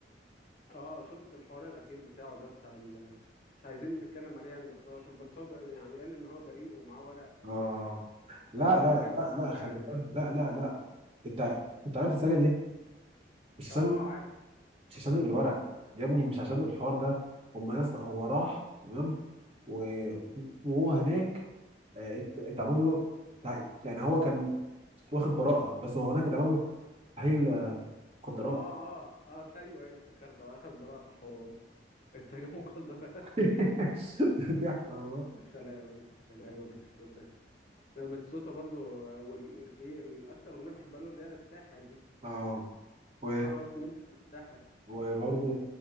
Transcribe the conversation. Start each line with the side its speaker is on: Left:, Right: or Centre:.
Left: اه شفت الحوار الاخير بتاعه ده بتاع ال... مش عايزين نتكلم عليه يعني بس هو شوف بس هو بقى يعني قال ان هو بريء ومعاه ورق او
Right: اه لا
Left: او
Right: لا
Left: حاجات
Right: لا
Left: طلعها
Right: لا خلي
Left: يعني
Right: بالك
Left: كده
Right: لا لا لا انت انت عارف اتسجن ليه مش عشان
Left: اه اه عارف
Right: مش عشان الورق يا ابني مش عشان الحوار ده هم ناس هو راح تمام و... وهو هناك آه، ات- اتعمل له تع- يعني هو كان واخد براءة بس هو هناك اتعمل له تحليل آه، مخدرات
Left: اه اه اه ايوه ايوه افتكرته هو اخد براءة صح واتسجن مخدرات
Right: <laughs> ضحك والله
Left: <laughs> سلام سلام يا باتيستوتا لا باتيستوتا برضو وال- في الاكتر اغنيه بحبها له اللي هي الساحر دي
Right: اه و
Left: حرص مني عن الساحر
Right: وبرضه